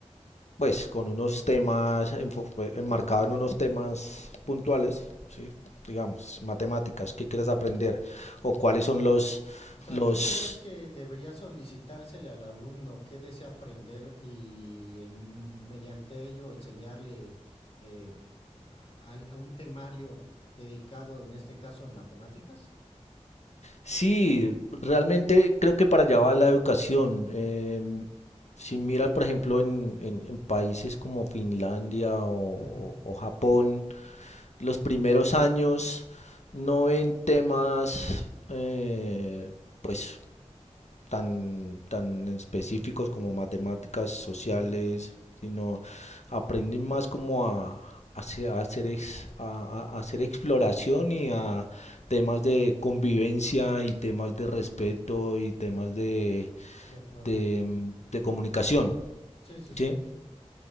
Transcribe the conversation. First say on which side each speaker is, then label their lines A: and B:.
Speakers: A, on the left; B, on the left.
A: pues con unos temas, enmarcado en unos temas puntuales, ¿sí? digamos, matemáticas, ¿qué quieres aprender? O cuáles son los,
B: O sea,
A: los...
B: ¿tú crees que debería solicitársele al alumno qué desea aprender y el- mm, mediante ello enseñarle eh, a, a- a un temario dedicado, en este caso, en matemáticas?
A: Sí, realmente creo que para allá va la educación. em, si miras, por ejemplo, en, en- en países como Finlandia o,
B: Ujú.
A: o Japón, los primeros años no ven temas eh, pues tan, tan específicos como matemáticas sociales,
B: Ujú,
A: sino aprenden más como a, a hacer, a hacer ex- a- a- hacer exploración y a temas de convivencia y temas de respeto y temas de,
B: de acuerdo.
A: de, de comunicación,
B: Sí, sí,
A: ¿sí?
B: sí.